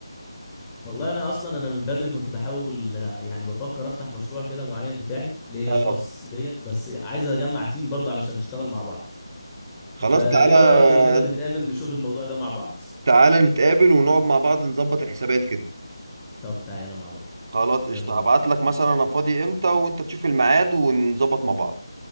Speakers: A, on the left; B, on the right.
A: والله انا اصلا انا من بدري كنت بحاول آه، يعني بفكر افتح مشروع كده معين بتاعي ليا
B: اه
A: خاص ليا بس عايز اجمع تيم برضه علشان نشتغل مع بعض
B: خلاص
A: فايه
B: تعالى
A: رأيك لو كده نتقابل نشوف الموضوع ده مع بعض
B: تعالى نتقابل ونقعد مع بعض نظبط الحسابات كده
A: طب تعالى مع بعض
B: خلاص
A: يلا
B: قشطة
A: بينا
B: هبعت لك مثلا انا فاضي امتى وانت تشوف الميعاد ونظبط مع بعض